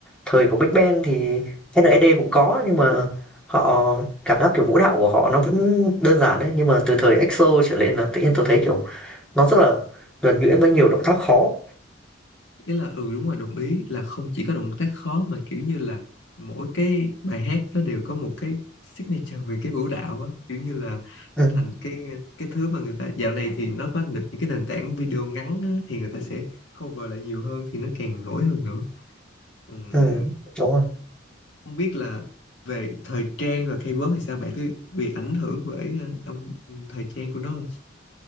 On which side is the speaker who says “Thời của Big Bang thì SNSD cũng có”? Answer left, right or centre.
Centre